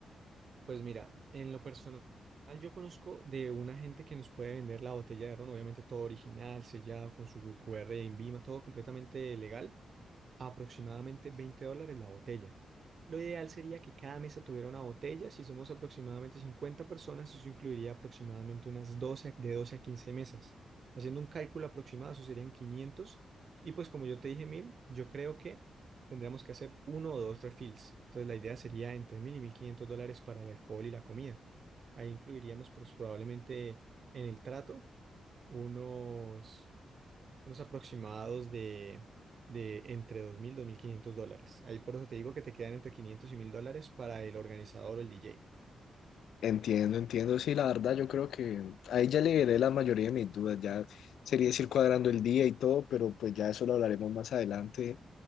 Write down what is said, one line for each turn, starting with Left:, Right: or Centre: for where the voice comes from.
Right: Pues mira, en lo personal yo conozco de una gente que nos puede vender la botella de ron, obviamente todo original, sellado con su QR de INVIMA, todo completamente legal a aproximadamente 20 dólares la botella. Lo ideal sería que cada mesa tuviera una botella. Si somos aproximadamente 50 personas, eso incluiría aproximadamente unas 12 a- de 12 a 15 mesas. Haciendo un cálculo aproximado, eso serían 500. Y pues como yo te dije 1000, yo creo que tendríamos que hacer uno o dos refills. Entonces la idea sería entre 1000 y 1500 dólares para el alcohol y la comida. Ahí incluiríamos pues, probablemente en el trato unos, unos aproximados de de entre 2.000 y 2.500 dólares. Ahí por eso te digo que te quedan entre 500 y 1.000 dólares para el organizador o el DJ.
Left: Entiendo, entiendo. Sí, la verdad, yo creo que a ella le veré la mayoría de mis dudas. Ya sería decir cuadrando el día y todo, pero pues ya eso lo hablaremos más adelante